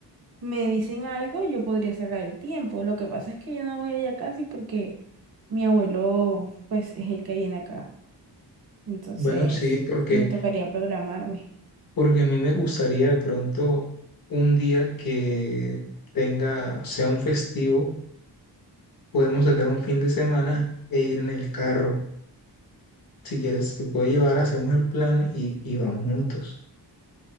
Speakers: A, on the right (about 65°); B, on the left (about 60°).
A: me dicen algo, yo podría sacar el tiempo. Lo que pasa es que yo no voy allá casi porque mi abuelo pues es el que viene acá. Entonces,
B: Bueno, sí, porque,
A: me tocaría programarme.
B: porque a mí me gustaría de pronto un día que tenga, sea un festivo podemos sacar un fin de semana e ir en el carro. Si quieres, te puedo llevar, hacemos el plan y, y vamos juntos.